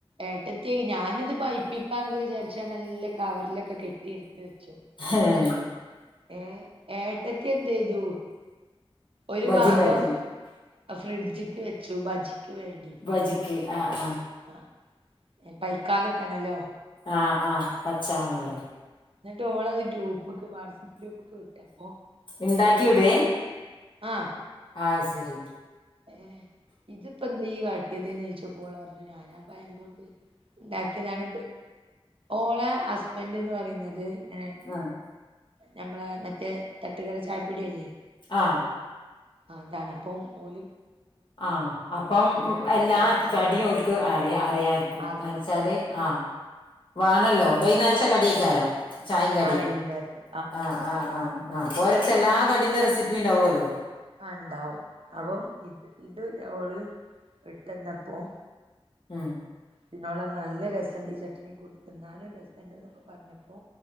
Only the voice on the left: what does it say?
ഏഹ്
ബജിണ്ടാക്കി
ഭജിക്ക് ആ ആഹ്
ആഹ് ആഹ് പച്ചവാണല്ലോ
ഇണ്ടാക്കി
വിടേ
ആഹ് ശരി
ആഹ്
ആ
ആ അപ്പം
എല്ലാ
കടിയും ഓൽക്ക് അറിയ അറിയാരിക്കൂ
ന്ന് വെച്ചാല്
ആഹ് വാണല്ലോ വൈകുന്നേരത്തെ
കടിയക്കാരം ചായയും കടിയും
ആ ആ ആഹ് ആ ഒരേട്ത്ത് എല്ലാ കടിന്റെറെസിപ്പി ഉണ്ടാവുമല്ലോ
ഉം